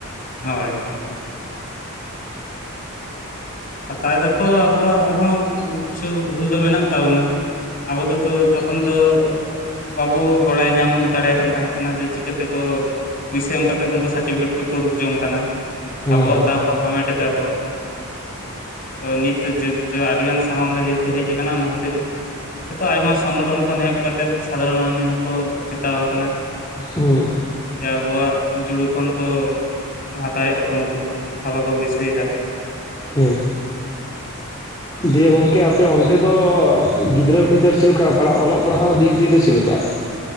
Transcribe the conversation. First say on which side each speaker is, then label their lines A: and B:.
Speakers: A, on the left; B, on the left.
A: ᱦᱚᱭ᱾ ᱦᱟᱛᱟᱣ ᱫᱟᱠᱚ ᱟᱵᱚᱣᱟᱜ ᱦᱚᱸ, ᱠᱤᱪᱷᱩ ᱵᱷᱩᱞ ᱫᱚ ᱢᱮᱱᱟᱜ ᱛᱟᱵᱚᱱᱟ᱾ ᱟᱵᱚ ᱫᱚ ᱛᱚ ᱛᱚᱠᱷᱚᱱ ᱫᱚ ᱵᱟᱵᱚ ᱵᱟᱲᱟᱭ ᱧᱟᱢ ᱫᱟᱲᱮᱭᱟ ᱠᱟᱱ, ᱛᱟᱦᱮᱸ ᱠᱟᱱᱟ ᱡᱮ ᱪᱤᱠᱟᱹ ᱛᱮᱠᱚ? ᱯᱩᱭᱥᱟᱹ ᱮᱢ ᱠᱟᱛᱮᱫ ᱫᱚ ᱩᱱᱠᱩ ᱥᱟᱨᱴᱤᱯᱷᱤᱠᱮᱴ ᱠᱚᱠᱚ, ᱩᱳᱰᱩᱠ ᱡᱚᱝ ᱠᱟᱱᱟ,
B: ᱦᱩᱸ
A: ᱟᱵᱚᱣᱟᱜ
B: ᱦᱩᱸ
A: ᱫᱟᱣ ᱠᱚ ᱦᱟᱢᱮᱴ ᱫᱟ ᱠᱚ᱾ ᱛᱚ ᱱᱤᱛ ᱪᱮᱫ ᱪᱚ ᱟᱹᱰᱤᱜᱟᱱ ᱥᱟᱢᱟᱝ ᱨᱮ, ᱡᱮᱦᱮᱛᱩ ᱦᱮᱡ ᱠᱟᱱᱟ, ᱚᱱᱟ ᱠᱷᱟᱹᱛᱤᱨ ᱡᱚᱛᱚ ᱟᱭᱢᱟ ᱥᱚᱝᱜᱚᱴᱷᱚᱱ ᱠᱷᱚᱱ ᱮᱦᱚᱵ ᱠᱟᱛᱮᱫ, ᱥᱟᱫᱷᱟᱨᱚᱱ ᱢᱟᱹᱱᱢᱤ ᱦᱚᱸᱠᱚ ᱪᱮᱛᱟᱣ ᱠᱟᱱᱟ᱾
B: ᱦᱩᱸ
A: ᱡᱮ ᱟᱵᱚᱣᱟᱜ ᱡᱩᱲᱩ ᱠᱷᱚᱱ ᱠᱚ, ᱦᱟᱛᱟᱣᱮᱜᱼᱟ ᱠᱚ ᱩᱱᱠᱩ, ᱛᱷᱟᱵᱟ ᱠᱚ ᱵᱟᱹᱭᱥᱟᱹᱣ ᱫᱟ᱾
B: ᱦᱩᱸ, ᱫᱤᱭᱮ ᱜᱚᱝᱠᱮ ᱟᱯᱮ ᱚᱱᱛᱮ ᱫᱚ, ᱜᱤᱫᱽᱨᱟᱹ ᱯᱤᱫᱟᱹᱨ ᱪᱮᱫ ᱞᱮᱠᱟ, ᱯᱟᱲᱦᱟᱜ ᱚᱞᱚᱜ ᱯᱟᱲᱦᱟᱣ ᱫᱤᱠ ᱫᱤᱭᱮ ᱪᱮᱫ ᱞᱮᱠᱟ?